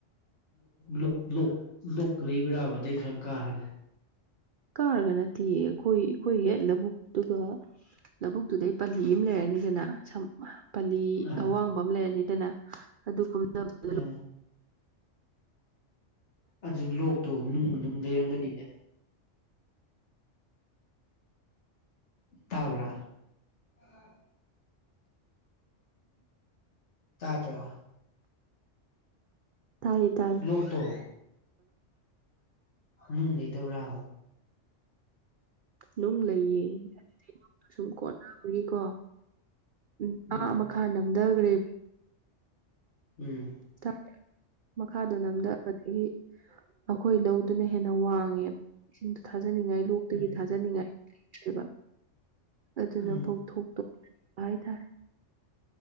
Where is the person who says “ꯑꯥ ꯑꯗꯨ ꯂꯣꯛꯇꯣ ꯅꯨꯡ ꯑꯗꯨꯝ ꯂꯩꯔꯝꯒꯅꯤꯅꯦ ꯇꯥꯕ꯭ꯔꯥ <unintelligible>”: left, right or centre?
Left